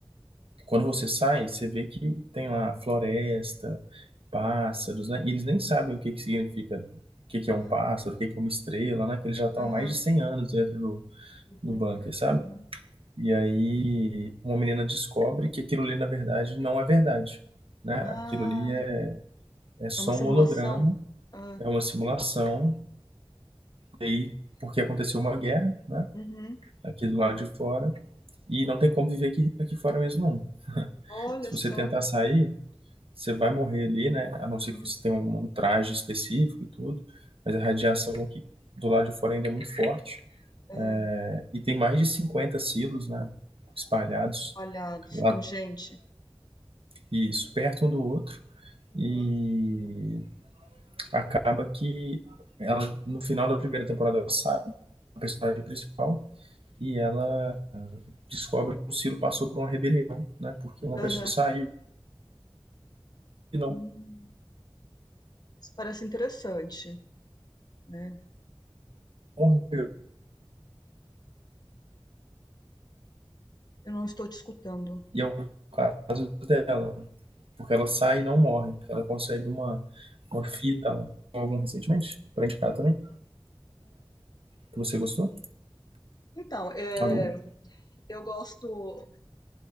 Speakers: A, on the right; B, on the left.
A: quando você sai, você vê que tem
B: Hum,
A: lá floresta, pássaros, né? E eles nem sabem o que que significa, o que que é um
B: ah,
A: pássaro, o que que é uma estrela, né? Que eles já estão
B: Aham,
A: há mais de 100 anos dentro do,
B: do
A: do
B: bunker.
A: bunker, sabe?
B: Uhum.
A: E aí uma menina descobre que aquilo ali, na verdade, não é verdade, né?
B: Ah,
A: Aquilo ali é, é só
B: é uma simulação?
A: um holograma
B: Ah,
A: é uma simulação, e aí, porque aconteceu uma guerra, né?
B: uhum.
A: Aqui do lado de fora, e não tem como viver aqui, aqui fora mesmo, não.
B: Olha
A: Se
B: só.
A: você tentar sair, você vai morrer ali, né? A não ser
B: Uhum.
A: que você tenha um, um traje específico e tudo, mas a radiação aqui do lado de fora ainda é muito forte.
B: É,
A: né? E tem mais de cinquenta silos, né? Espalhados
B: espalhados
A: lá,
B: com gente.
A: isso, perto um do outro,
B: Uhum.
A: e acaba que ela, no final da primeira temporada, ela sai, a personagem principal, e ela descobre que o Ciro passou por uma rebelião, né? Porque uma
B: Aham.
A: pessoa saiu e não
B: Hum, Isso parece interessante, né?
A: morreu.
B: Eu não estou te escutando.
A: E é o caso dela, porque ela sai e não morre. Ela consegue uma, uma fita lá. Algum recentemente, pra indicar também, que você gostou.
B: Então, é.
A: Alô?
B: Eu gosto